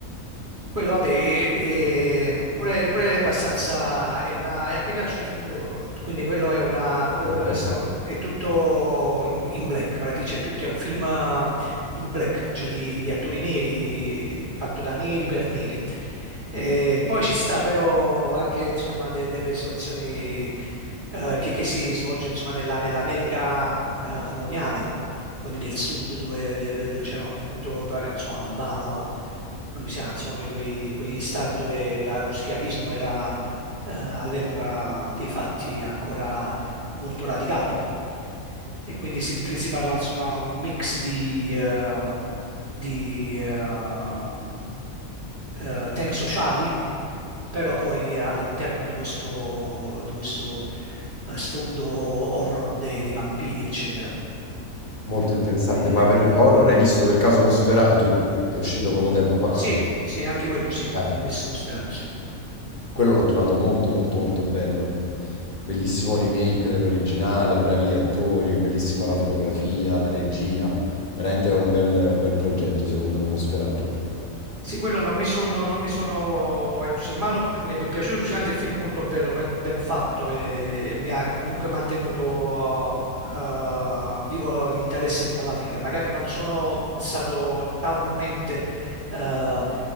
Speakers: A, on the right (about 40°); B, on the left (about 40°).
A: quello, vabbè, e- e pure, pure è abbastanza. È una, a me piacciono i film d'horror, quindi quello è una. Pure
B: ok.
A: quello è, sta- è tutto in, in black, praticamente, cioè tutto è un film, eh, film black, cioè di, di attori neri, di- fatto da neri per neri. E poi ci sta però anche insomma, de- delle situazioni eh, che, che si svolge insomma, nella- nell'America eh, coloniale quindi del sud dove, del- dove c'erano appunto, mi pare, non so, Alabama o Louisiana, insomma, uno di quei, quegli stati dove la- lo schiavismo era eh, all'epoca dei fatti ancora molto radicato. E quindi si, si parla insomma un mix di, eh, di, eh, eh, temi sociali, però poi all'interno di questo, di questo, eh, sfondo horror dei, dei vampiri, eccetera.
B: Molto interessante.
A: Eh,
B: Ma per horror hai visto per caso Nosferatu, che è uscito poco tempo fa?
A: sì, sì, anche quello sì,
B: Eh,
A: l'ho visto, l'ho sperato, sì.
B: quello l'ho trovato molto, molto, molto bello. Bellissimo remake dell'originale, bravi attori, bellissima la fotografia, la regia. Veramente è un bel, un bel progetto, secondo me, Nosferatu.
A: Sì, quello non mi sono, non mi sono entusiasmato, beh, mi mi è piaciuto sicuramente il film, molto bello, ben, ben fatto e mi ha comunque mantenuto eh, vivo l'interesse fino alla fine. Magari non sono stato talmente eh,